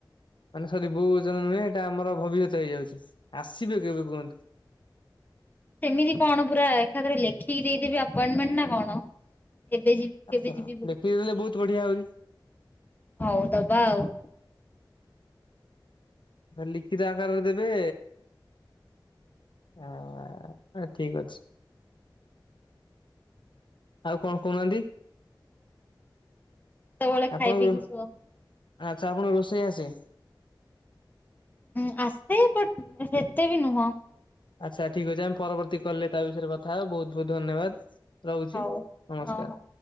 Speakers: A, on the left (about 75°); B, on the left (about 20°).
A: ମାନେ ସରି ବୋଉ ଓଜନ ନୁହେଁ ଏଇଟା ଆମର ଭବିଷ୍ୟତ ହେଇଯାଉଛି ଆସିବେ କେବେ କୁହନ୍ତୁ?
B: ସେମିତି କଣ ପୁରା ଏକାଥରେ ଲେଖିକି ଦେଇଦେବି ଆପଏଣ୍ଟମେଣ୍ଟ ନା କଣ? ଏବେ ଯିବି। କେବେ
A: ଆଛା
B: ଯିବି ବୋଲି
A: ଦେଖି ଦେଲେ ବହୁତ ବଢିଆ ଆହୁରି।
B: ହଉ ଦବା ଆଉ।
A: ଲିଖିତ ଆକାରରେ ଦେବେ। ହଁ ନାଇଁ ଠିକ ଅଛି। ଆଉ କଣ କହୁନାହାନ୍ତି?
B: ସେତେବେଳେ
A: ଆପଣଙ୍କୁ
B: ଖାଇ ପିଇକି ଶୁଅ।
A: ଆଚ୍ଛା ଆପଣଙ୍କୁ ରୋଷେଇ ଆସେ?
B: ହୁଁ ଆସେ ବଟ ଏତେ ବି ନୁହଁ।
A: ଆଚ୍ଛା ଠିକ୍ ଅଛି ଆମେ ପରବର୍ତ୍ତୀ କଲ୍ ରେ ତା ବିଷୟରେ କଥା ହବା ବହୁ ବହୁତ ଧନ୍ୟବାଦ। ରହୁଛି
B: ହଉ
A: ନମସ୍କାର।
B: ହଁ ହଁ।